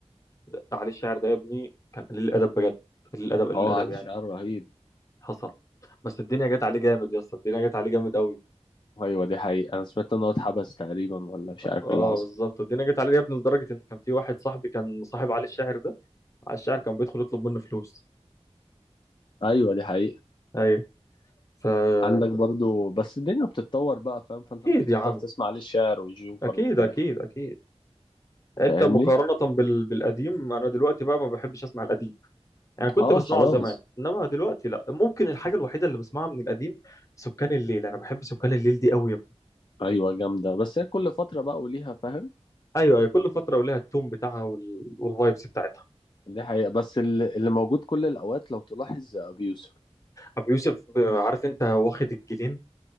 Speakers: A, on the left; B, on the left.
A: ده- علي الشاعر ده يا ابني كان قليل الادب بجد قليل الادب قليل
B: هو
A: الادب
B: علي
A: يعني
B: الشعر رهيب
A: حصل بس الدنيا جت عليه جامد يا اسطى الدنيا جت عليه جامد قوي
B: ايوه دي حقيقة انا سمعت ان هو اتحبس تقريبا ولا مش عارف
A: اه
B: اللي حصل
A: بالظبط الدنيا جت عليه يا ابني لدرجه ان كان في واحد صاحبي كان صاحب علي الشاعر ده علي الشاعر كان بيدخل يطلب منه فلوس
B: ايوه دي حقيقة
A: ايوه فاكيد
B: عندك برضو بس الدنيا بتتطور بقى فاهم فانت مش هتفضل
A: يا عم
B: تسمع علي الشعر والجوكر
A: اكيد
B: وبتاع
A: اكيد اكيد انت
B: فاهمني
A: مقارنة بال... بالقديم انا دلوقتي بقى ما بحبش اسمع القديم يعني كنت
B: اه
A: بسمعه
B: خلاص
A: زمان انما دلوقتي لا ممكن الحاجة الوحيدة اللي بسمعها من القديم سكان الليل انا بحب سكان الليل دي قوي
B: ايوه جامدة بس هي كل فترة بقى وليها فاهم
A: ايوه ايوه كل فترة ولها التون بتاعها وال... والفايبس بتاعتها
B: دي حقيقة بس اللي اللي موجود كل الاوقات لو تلاحظ ابي يوسف
A: ابو يوسف ب- عارف انت واخد الجنين